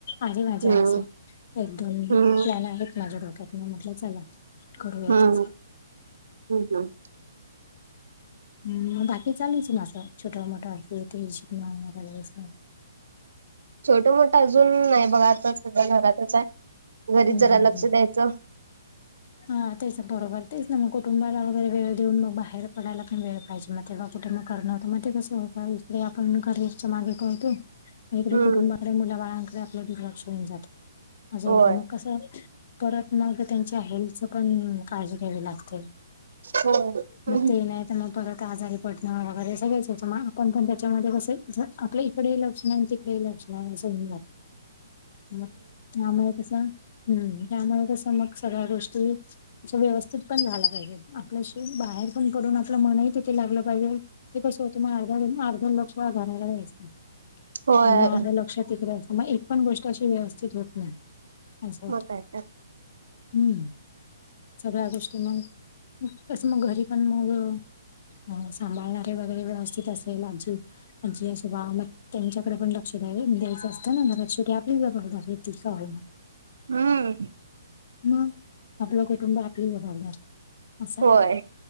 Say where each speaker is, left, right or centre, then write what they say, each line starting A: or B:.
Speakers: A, on the left; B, on the right.
A: आहे माज्या
B: हम्म
A: अस. एक दोन ही
B: हम्म
A: प्लॅन आहेत माझ्या डोक्यात, म म्हटलं चला. करूया
B: हं
A: त्याच
B: हं हं!
A: हूं बाकी चालूच हे माझं छोट, मोठ, हे, ते <unintelligible>
B: छोटं, मोठं, अजून नाही बघा आता सध्या घरातच आहे, घरीच
A: हम्म
B: जरा
A: हम्म
B: लक्ष
A: हम्म
B: द्यायचं.
A: हा तेच बरोबर, तेच ना मग कुटुंबाला वगैरे वेळ देऊन, मग बाहेर पडायला पण वेळ पाहिजे ना. तेव्हा कुठे मग करणं होतं, म ते कंस होतं इकडे आपण करिअरच्या मागे पाळतोय. इकडे
B: हम्म
A: कुटुंबाकडे मुला बाळांकडे, आपलं दुर्लक्ष होऊन जातं असं
B: होय
A: होतं मग कसं. परत मग त्यांच्या हेल्थ चं पण काळजी घ्यावी लागते.
B: होय.
A: म
B: हम्म.
A: ते नाही त मग परत आजारी पडण वैगैरे सगळच येत म आपण पण त्याच्यामध्ये कस य आपल इकडेही लक्ष नाही न तिक डे लक्ष नाही अस हुन जात. मग त्यामुळ कस, हूं त्यामुळ कसं मग सगळ्या गोष्टी अश्या व्यवस्थित पण झाल्या पाहिजे, आपल्या शी बाहेर पण पडून, आपलं मनही तिथे लागलं पाहिजे. ते कसं होतं मग अर्धा, अर्धा लक्ष घराला असत.
B: होय.
A: आणि म अर्ध लक्ष तिकडे असतं, म एक पण गोष्ट अशी व्यवस्थित होत नाही, असं होतं.
B: मग काय तर.
A: हूं सगळ्या गोष्टी मग कसं, मग घरी पण मग. ह सांभाळणारे वगैरे व्यवस्थित असेल, आजी, आजी, असं बावा ला. त्यांच्याकडे पण लक्ष द्या द्यायचं असतं ना, शेवटी आपलीचं जबाबदारी आहे, ती का होईना.
B: हूं!
A: म आपलं कुटुंब आपली जबाबदारी अस आहे.
B: होय.